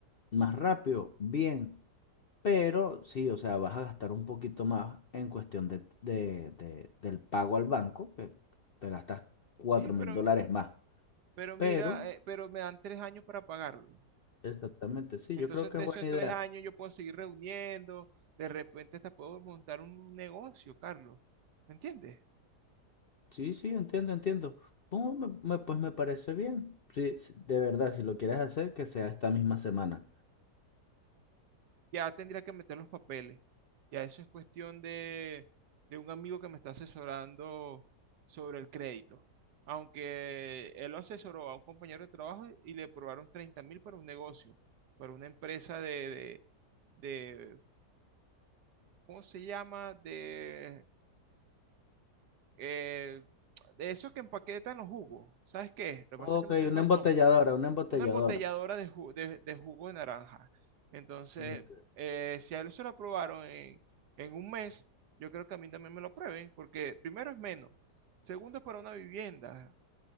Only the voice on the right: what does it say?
sí, pero,
pero mira,
eh, pero me dan tres años para pagarlo.
Entonces,
entre
esos tres
años yo puedo seguir reuniendo, de repente hasta puedo montar un negocio, Carlos. ¿Me entiendes?
ya tendría que meter los papeles. Ya eso es cuestión de, de un amigo que me está asesorando sobre el crédito. Aunque él lo asesoró a un compañero de trabajo y le aprobaron treinta mil para un negocio, para una empresa de, de, de- ¿cómo se llama? De, eh, de esos que empaquetan los jugos. ¿Sabes qué? Lo que
pasa es que no tengo
el
nombre.
una embotelladora de, ju- de- de jugo de naranja. Entonces,
eh, si a él se lo aprobaron en, en un mes, yo creo que a mí también me lo prueben, porque primero es menos, segundo es para una vivienda.